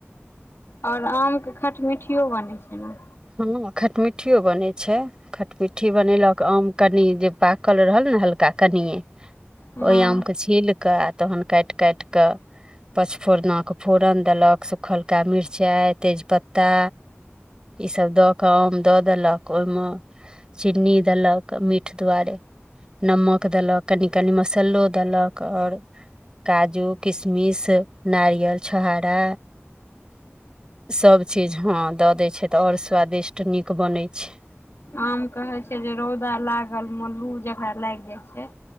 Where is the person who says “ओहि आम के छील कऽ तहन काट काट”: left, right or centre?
Right